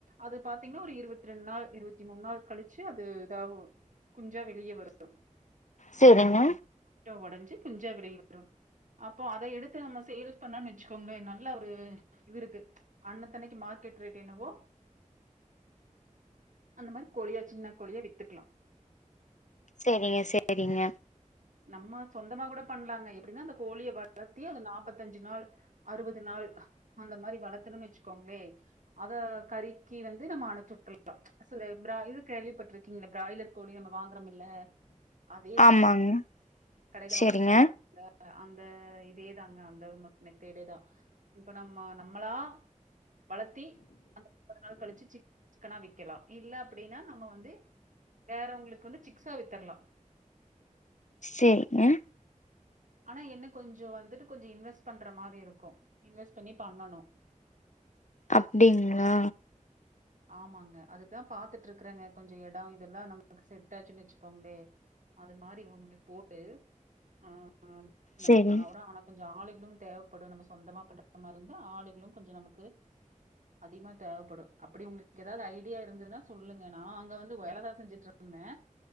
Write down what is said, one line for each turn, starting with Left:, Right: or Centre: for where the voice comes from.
Right: அது பாத்தீங்கன்னா ஒரு இருவத்தி ரெண்டு நாள் இருவத்தி மூணு நாள் கழிச்சு அது இதாவ குஞ்சா வெளியே வரும்
Left: சேரிங்க
Right: ட்ட ஒடஞ்சு குஞ்சா வெளிய வரும் அப்போ அத எடுத்து நம்ம சேல்ஸ் பண்ணனு வச்சுக்கோங்களே நல்ல ஒரு இது இருக்கு அன்னத்தனைக்கு மார்க்கெட் ரேட் என்னவோ அந்த மாரி கோழியா சின்ன கோழியா வித்துக்கலா
Left: சேரிங்க சேரிங்க
Right: நம்ம சொந்தமா கூட பண்ணலாங்க எப்டின்னா அந்த கோழிய வளத்தி அந்த நாப்பத்தஞ்சு நாள் அறுவது நாள் அந்த மாரி வளத்துணன்னு வச்சுக்கோங்களே அத கறிக்கி வந்து நம்ம அனுப்சுட்றலா சில ப்ரா இது கேள்விப்பட்ருக்கீங்களா பிராய்லர் கோழி நம்ம வாங்குறோம்மில்ல அதே தா
Left: ஆமாங்க
Right: கடைல
Left: செரிங்க
Right: வாங்கி சாப்படுறதுல அந்த இதே தாங்க அந்த மேத்தேடே தா இப்ப நம்ம நம்மளா வளத்தி அந்த நாள் கழிச்சு சி சிக்கனா விக்கலா இல்ல அப்டின்னா நம்ம வந்து வேறவுங்களுக்கு வந்து சிக்ஸா வித்தற்லா
Left: சேரிங்க
Right: ஆனா என்ன கொஞ்சி வந்துட்டு கொஞ்சோ இன்வெஸ்ட் பண்ற மாரி இருக்கு இன்வெஸ்ட் பண்ணி பண்ணணு
Left: அப்டிங்களா
Right: ஆமாங்க அதுதா பாத்துட்டு இருக்கறேங்க கொஞ்ச இட இதெல்லா நமக்கு செட்டாச்சுன்னு வச்சுக்கோங்களே அது மாரி உங்களுக்கு போட்டு ஆ நம்ம
Left: செரி
Right: ஒற ஆனா கொஞ்ச ஆளு இன்னு தேவைப்படு நம்ம சொந்தமா பண்ற மாரி இருந்தா ஆளு இன்னு கொஞ்ச நமக்கு அதிகமா தேவப்படு அப்டி உங்களுக்கு ஏதாது ஐடியா இருந்ததுன்னா சொல்லுங்க நா அங்க வந்து வேல தா செஞ்சுட்டு இருந்தே